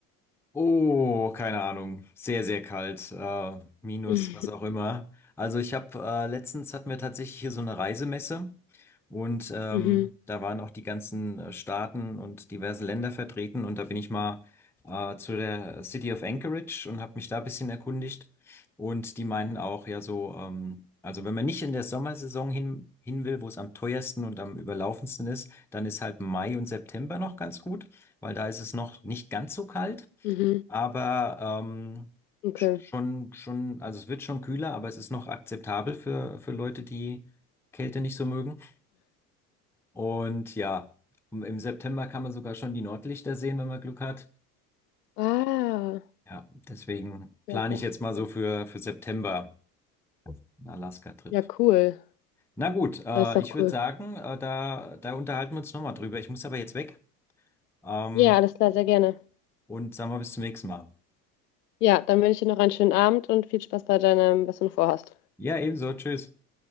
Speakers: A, in the centre; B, on the left.
A: Oh, keine Ahnung. Sehr, sehr kalt. Äh, minus,
B: <laughs>
A: was auch immer. Also ich habe äh, letztens hatten wir tatsächlich hier so eine Reisemesse und ähm,
B: Mhm. Mhm.
A: da waren auch die ganzen äh, Staaten und diverse Länder vertreten und da bin ich mal äh, zu der City of Anchorage und habe mich da ein bisschen erkundigt und die meinten auch, ja so, ähm, also wenn man nicht in der Sommersaison hin, hin will, wo es am teuersten und am überlaufendsten ist, dann ist halt Mai und September noch ganz gut, weil da ist es noch nicht ganz so kalt
B: Mhm.
A: aber ähm,
B: Okay.
A: sch- schon, schon, also es wird schon kühler, aber es ist noch akzeptabel für, für Leute, die Kälte nicht so mögen. Und ja, im im September kann man sogar schon die Nordlichter sehen, wenn man Glück hat.
B: Ah,
A: Ja, deswegen
B: das
A: plane
B: ist auch
A: ich jetzt mal so
B: cool.
A: für, für September einen Alaska-Trip.
B: Ja, cool.
A: Na gut, äh,
B: Das ist auch
A: ich würde
B: cool.
A: sagen, äh, da, da unterhalten wir uns nochmal drüber. Ich muss aber jetzt weg. Ähm,
B: Ja, alles klar, sehr gerne.
A: und sagen wir bis zum nächsten Mal.
B: Ja, dann wünsche ich dir noch einen schönen Abend und viel Spaß bei deinem, was du noch vorhast.
A: Ja, ebenso. Tschüss.